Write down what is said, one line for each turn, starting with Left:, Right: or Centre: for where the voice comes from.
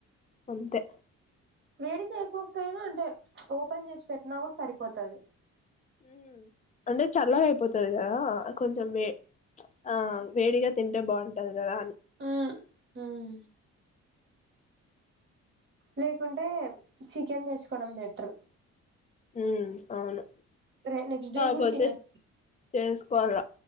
Left: అంతె
Right: వేడి చేయకపోపోయినా అంటే ఓపెన్ చేసి పెట్టినా కూడ సరిపోతది
Left: మ్, అంటె చల్లగయ్పోతద్ కదా కొంచెం వే ఆ వేడిగా తింటే బోన్టది గదా
Right: అ మ్ లేకుంటే, చికెన్ తెచ్చుకోడం బెటర్
Left: మ్ అవును
Right: రే నెక్స్ట్
Left: కాపోతే,
Right: డే కూడా తినొచ్చు
Left: చేసుకోల్ల